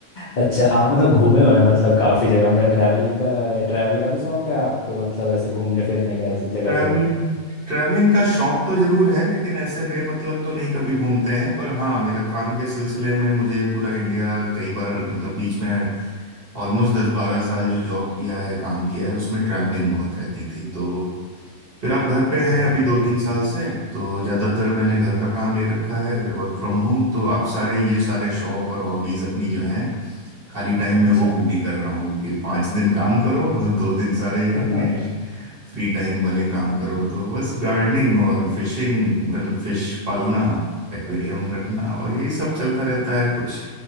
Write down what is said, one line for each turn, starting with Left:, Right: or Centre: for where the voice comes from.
Left: अच्छा आप मतलब घूमे हुए हैं मतलब काफी जगह मतलब ट्रैवल का ट्रैवल का भी शौक है आपको मतलब ऐसे घूमने फिरने का ऐसे जगह
Right: ट्रैवलिंग
Left: जगह
Right: ट्रैवलिंग का शौक तो जरूर है लेकिन ऐसे बेमतलब तो नहीं कभी घूमते हैं पर हाँ मेरा काम के सिलसिले में मुझे पूरा इंडिया कई बार मतलब बीच में ऑलमोस्ट दस बारह साल जो जॉब किया है काम किया है उसमें ट्रैवलिंग बहुत रहती थी तो फिर आप घर पे हैं
Left: बढ़िया
Right: अभी दो
Left: बढ़िया
Right: तीन साल से तो ज़्यादातर मैंने घर का काम ले रखा है वर्क फ्रॉम होम तो आप सारे ये सारे शौक और हॉबीज अपनी जो हैं खाली टाइम
Left: अच्छा
Right: में वो पूरी कर रहा हूँ कि पाँच दिन काम करो और दो दिन सारे
Left: <laughs>
Right: अपने फ्री टाइम वाले काम करो तो बस गार्डनिंग और फिशिंग मतलब फिश पालना एक्वेरियम रखना और यही सब चलता रहता है कुछ